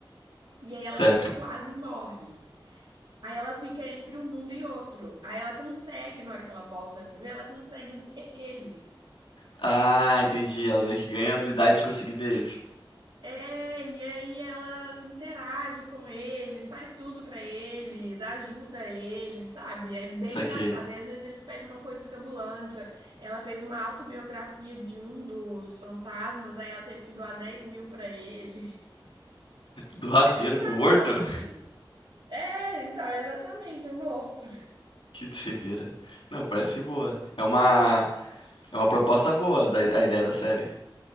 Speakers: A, on the right; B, on the left.
A: E aí ela
B: certo.
A: fi- quase morre. Aí ela fica entre um mundo e outro. Aí ela consegue, na hora que ela volta a viver, ela consegue ver eles.
B: Ah, entendi. Ela meio que ganha a habilidade de conseguir ver eles.
A: É, e aí ela interage com eles, faz tudo pra eles, ajuda eles, sabe? É bem
B: Saquei.
A: engraçado. E às vezes eles pedem uma coisa escabulante. Ela fez uma autobiografia de um dos fantasmas, aí ela teve que doar 10 mil pra ele. <laughs>
B: Doar
A: É
B: dinheiro
A: bem engraçado,
B: pro morto?
A: assim. É, então, exatamente, o morto.
B: <laughs> Que doideira. Não, parece boa. É uma, é uma proposta boa da, a ideia da série.